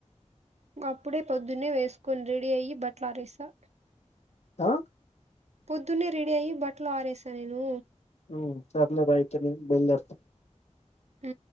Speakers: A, on the right; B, on the left.
A: అప్పుడే పొద్దున్నే వేసుకొని రెడీ అయ్యి బట్ల ఆరేసా
B: ఆ
A: పొద్దున్నే రెడీ అయ్యి బట్టలు ఆరేశా నేను
B: ఉ సర్లే బాయ్ అయితే నేను బయలుదేరుతా
A: ఉ